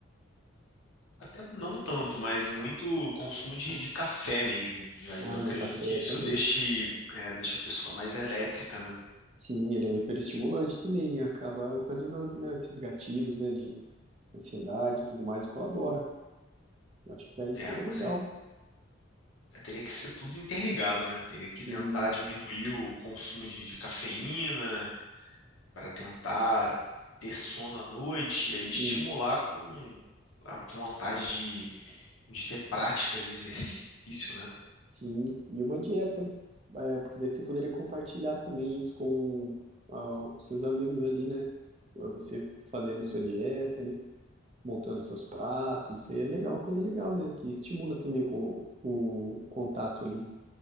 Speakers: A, on the left (about 80°); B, on the right (about 30°).
A: Até não tanto, mas muito consumo de, de café mesmo. E aí,
B: Ah,
A: eu acredito
B: e o café
A: que isso
B: também.
A: deixe, é, deixa a pessoa mais elétrica, né?
B: Sim, ele é um hiperestimulante também e acaba ocasionando, né, esses gatilhos, né, de ansiedade e tudo mais, e colabora. Eu acho que daí
A: É,
B: seria
A: com
B: legal.
A: É, Teria que ser tudo interligado, né? Teria
B: Sim,
A: que tentar diminuir o consumo de, de cafeína para tentar ter sono à noite e aí estimular
B: hum,
A: com a vontade de, de ter prática de exercício, né?
B: sim. E uma dieta, é, porque daí você poderia compartilhar também isso com ah, os seus amigos ali, né? ah, Você fazendo sua dieta, né? Montando seus pratos, isso aí é legal, uma coisa legal, né? Que estimula também o, co- o contato ali